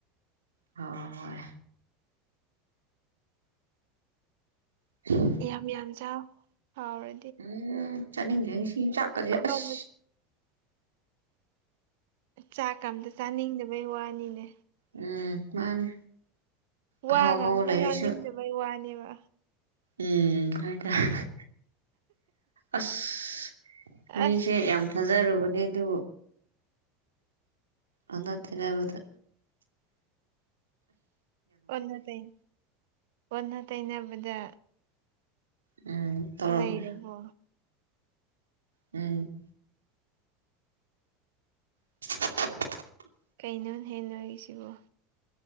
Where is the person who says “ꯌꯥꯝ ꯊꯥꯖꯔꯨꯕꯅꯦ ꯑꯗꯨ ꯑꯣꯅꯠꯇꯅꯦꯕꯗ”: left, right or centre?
Right